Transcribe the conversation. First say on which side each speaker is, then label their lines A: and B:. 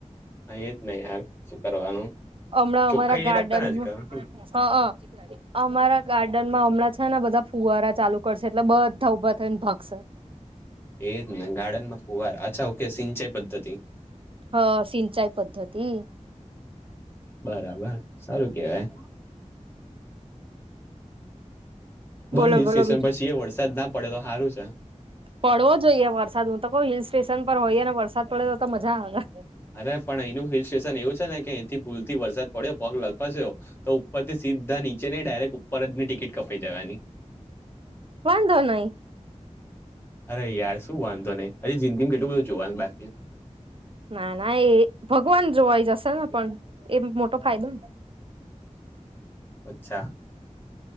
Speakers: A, on the left; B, on the right.
A: હા એ જ ને યાર. શું કરવાનું
B: અમે
A: ચોખ્ખાઈ
B: અમારા
A: નહી
B: ગાર્ડનમા
A: રાખતા ને આજકાલ
B: હા હા અમારા ગાર્ડનમાં હમણાં છે ને બધા ફુવારા ચાલુ કરશે એટલે બધા ઊભા થઈ ને ભાગશે
A: એજ ને ગાર્ડન માં ફુવાર અચ્છા ઓકે સિંચાઈ પદ્ધતિ
B: હ સિંચાઈ પદ્ધતિ
A: બરાબર સારું કેવાય
B: બોલો
A: બસ હિલ
B: બોલો
A: સ્ટેશન
B: બીજું
A: પછી વરસાદ ના પડે તો હારું છે
B: પડવો જોઈએ વરસાદ હું તો કહું હિલ સ્ટેશન પર હોઈએ ને વરસાદ પડે તો મજા આવે
A: અરે પણ એનું હિલ સ્ટેશન એવું છે ને કે અયથી ભૂલથી વરસાદ પડ્યો પગ લગપસ્યો તો ઉપર થી સીધા નીચે નહી ડાયરેક્ટ ઉપર જની ટિકિટ કપાઈ જવાની
B: વાંધો નહી
A: અરે યાર શું વાંધો નહી હજી જિંદગીમા કેટલું બધું જોવાનું બાકી
B: ના ના એ ભગવાન જોવાઈ જશે ને પણ એમ મોટો ફાયદો ને
A: અચ્છા